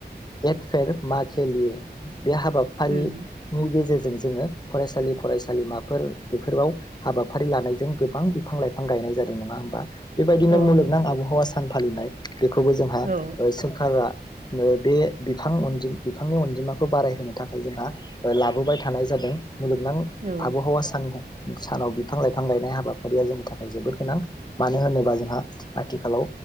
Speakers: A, on the left; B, on the right.
A: एक फेर मा खिलियो। बे हाबाफारिनि
B: उम
A: गेजेरजों जोङो। फरायसालि फरायसालिमाफोर बेफोराव हाबाफारि लानायजों गोबां बिफां लाइफां गायनाय जादों नङा होमबा। बेबायदिनो
B: औ
A: मुलुगनां
B: नंगौ
A: आबहावा। आं फालिनाय। बेखौबो जोंहा
B: औ
A: सोरखारा बे बिफां अनजि। बिफांनि अनजिमा। खौ बारायहोनो थाखाय जोंहा लाबोबाय थानाय जादों। मुलुगनां
B: औ
A: आबहावा साननो सानाव बिफां लाइफां गायनाय हाबाफारिया जोंनि थाखाय जोबोद गोनां । मानो होनोबा जोंहा आथिखालाव